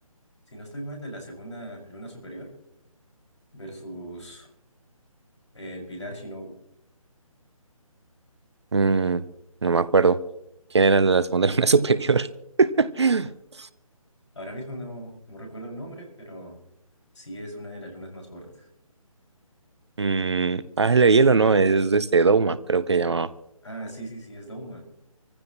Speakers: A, on the left; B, on the right.
A: si no estoy mal, de la segunda luna superior versus eh, el pilar Shinobu.
B: Mm, no me acuerdo. ¿Quién era la segunda luna <laughs> superior? <laughs>
A: Ahora mismo no, no recuerdo el nombre, pero sí es una de las lunas más fuertes.
B: Mm, Ángel de Hielo, no, es este Douma, creo que llamaba.
A: Ah, sí, sí, sí, es Douma.